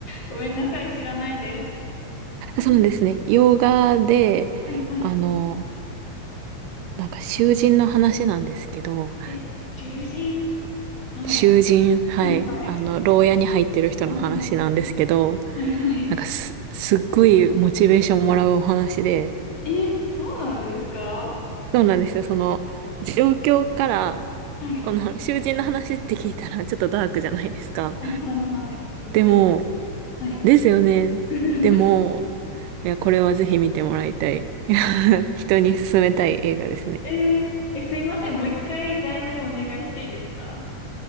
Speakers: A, on the left; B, on the right.
A: ごめんなさい、知らないです。うん
B: そうなんですね。洋画で、
A: はいはい。
B: あの、なんか囚人の話なんですけど、
A: え、獣人はい。
B: 囚人、はい、
A: はいはい。
B: あの、牢屋に入ってる人の話なんですけど、
A: はいはいはいはい。はいはい。
B: なんかす、すっごいモチベーションもらうお話で、
A: え、そうなんですか
B: そうなんですよ。その、状況から、
A: はい。
B: この囚人の話って聞いたらちょっとダークじゃないですか。
A: はいはいはい。思います。
B: でも、
A: はい。
B: ですよね。
A: <laughs>
B: でも、いや、これはぜひ見てもらいたい。<laughs> 人に勧めたい映画ですね。
A: えーえ、すいません。もう一回題名お願いしていいですか